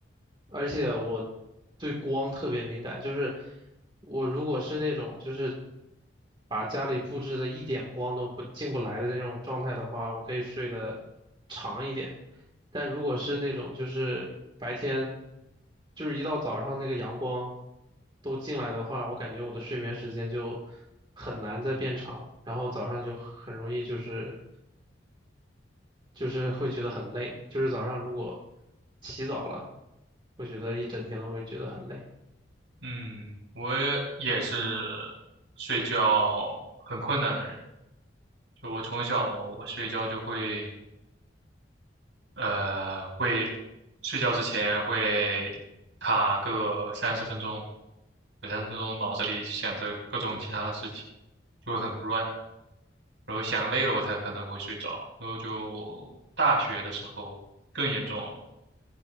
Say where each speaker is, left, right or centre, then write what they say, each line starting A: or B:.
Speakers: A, on the right; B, on the right.
A: 而且我对光特别敏感，就是我如果是那种就是把家里布置的一点光都不进不来的那种状态的话，我可以睡得长一点。但如果是那种就是白天就是一到早上那个阳光都进来的话，我感觉我的睡眠时间就很难再变长，然后早上就很容易就是就是会觉得很累，就是早上如果起早了，会觉得一整天都会觉得很累。
B: 嗯，我也是睡觉很困难的人，就我从小我睡觉就会。呃，会睡觉之前会卡个三十分钟，有三十分钟脑子里想着各种其他的事情，就会很乱，然后想累了我才可能会睡着，然后就大学的时候更严重了，